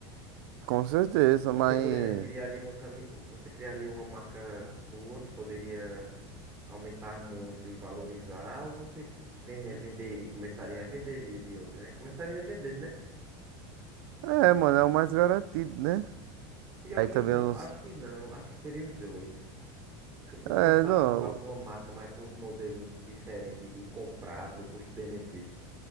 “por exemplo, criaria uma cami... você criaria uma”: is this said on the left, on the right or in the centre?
Right